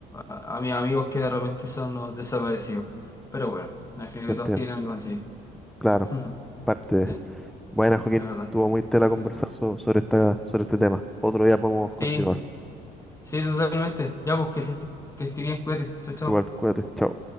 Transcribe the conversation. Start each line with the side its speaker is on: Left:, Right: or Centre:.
Left: a, a mis amigos que de repente son los desaparecidos. Pero bueno, me imagino
Centre: Te
Left: que
Centre: entiendo.
Left: todos tienen amigos así.
Centre: Claro,
Left: <laughs>
Centre: parte de...
Left: Sí, es
Centre: Buena, Joaquín.
Left: verdad.
Centre: Estuvo muy tela
Left: Sí.
Centre: conversar so- sobre esta, sobre este tema. Otro día podemos continuar.
Left: Sí, Sí, totalmente. Ya, pues que, que estés bien, cuídate. Chao, chao.
Centre: Tú Igual, cuídate. Chao.